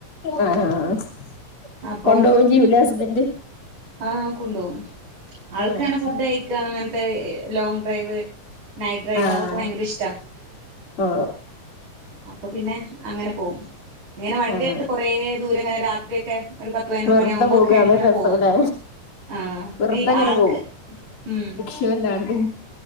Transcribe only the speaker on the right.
അപ്പം
ആ കൊണ്ടോവും ആൾക്ക്ങ്ങനെ
ഫുഡ് കയിക്ക അങ്ങനത്തെ ലോങ് ഡ്രൈവ്. നൈറ്റ് ഡ്രൈവ്
അതൊക്കെ ഭയങ്കര ഇഷ്ടാ.
അപ്പൊ പിന്നെ അങ്ങനെ പോകും. ഇങ്ങനെ വണ്ടിയെടുത്ത്
കൊറെ ദൂരം ഇങ്ങനെ രാത്രി ഒക്കെ. ഒരു പത്ത് പതിനൊന്ന്
മണിയാവുമ്പോക്കെ
എങ്ങനെ
പോവാ. ആഹ്
ഈ
ആൾക്ക്
ഉം.